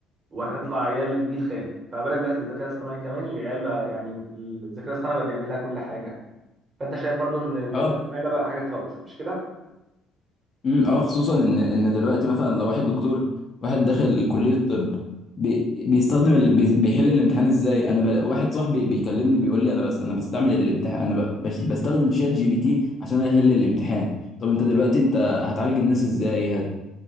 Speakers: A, on the right; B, on the left.
A: وهنطلع عيال جيل خامس فما بالك دلوقتي بالذكاء الاصطناعي كمان العيال بقى يعني الذكاء الاصطناعي بقى بيعمل لها كل حاجه فانت شايف برضو ان الذكاء
B: اه
A: الاصطناعي ده بقى حاجه تخوف مش كده
B: امم اه خصوصا ان ان دلوقتي مثلا لو واحد دكتور واحد داخل كليه طب بي بيستخدم ال... بي- بيحل الامتحان ازاي انا ب... واحد صاحبي بيكلمني بيقول لي انا بس انا بستعمل الامتحان انا ب... بس بستخدم شات جي بي تي عشان احل الامتحان طب انت دلوقتي انت هتعالج الناس ازاي هت...